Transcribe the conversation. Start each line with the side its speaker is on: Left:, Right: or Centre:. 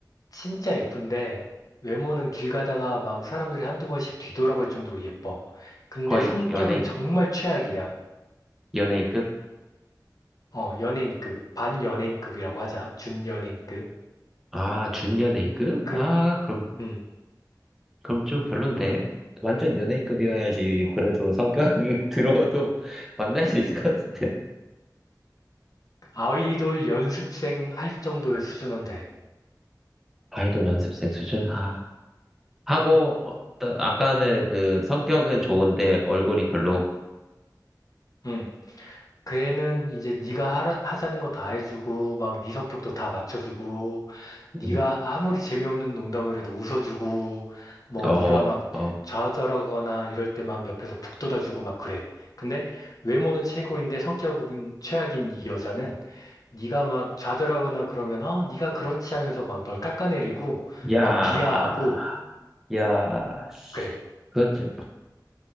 Left: 진짜 예쁜데 외모는 길 가다가 막 사람들이 한두 번씩 뒤돌아볼 정도로 예뻐. 근데
Centre: 거의
Left: 성격은
Centre: 연예인,
Left: 정말 최악이야.
Centre: 연예인급?
Left: 어, 연예인급, 반연예인급이라고 하자. 준연예인급.
Centre: 아, 준연예인급?
Left: 그,
Centre: 아, 그럼
Left: 음,
Centre: 그럼 좀 별론데? 완전 연예인급이어야지
Left: 뭐
Centre: 그래도 성격이 <laughs> 들어도 만날 수 있을 것 같은데.
Left: 아이돌 연습생 할 정도의 수준은 돼.
Centre: 아이돌 연습생 수준? 아. 하고 어, 따- 아까는 그 성격은 좋은데 얼굴이 별로.
Left: 음. 그 애는 이제 네가 하라- 하자는 거 다 해주고 막 네 성격도 다 맞춰주고 네가
Centre: 음,
Left: 아무리 재미없는 농담을 해도 웃어주고 뭐
Centre: 어,
Left: 네가 막
Centre: 어.
Left: 좌절하거나 이럴 때 막 옆에서 북돋아주고 막 그래. 근데 외모는 최고인데 성격은 최악인 이 여자는 네가 막 좌절하거나 그러면 어 네가 그렇지 하면서 막 널 깎아내리고
Centre: 야,
Left: 막 비하하고
Centre: 야, 씨.
Left: 그래.
Centre: 그건 좀.